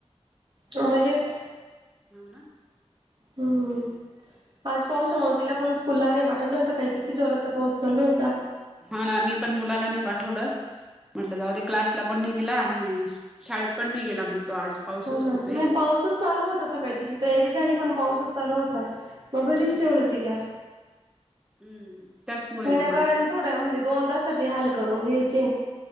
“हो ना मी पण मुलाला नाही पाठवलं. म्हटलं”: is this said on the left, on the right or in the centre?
Centre